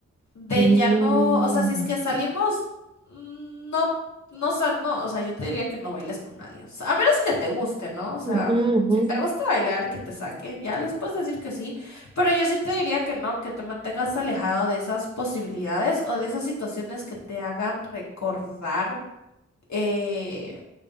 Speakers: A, on the left; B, on the right.
A: de
B: mm,
A: ya no, o sea, si es que salimos,
B: ujú,
A: mm, no, no, sal, no, o sea, yo te diría que no bailes con nadie, o sea, a menos que te guste, ¿no? O sea,
B: ujú,
A: si te gusta bailar, que te saquen, ya les puedes decir que sí, pero yo sí te diría que no, que te mantengas alejado de esas posibilidades o de esas situaciones que te hagan recordar. eh,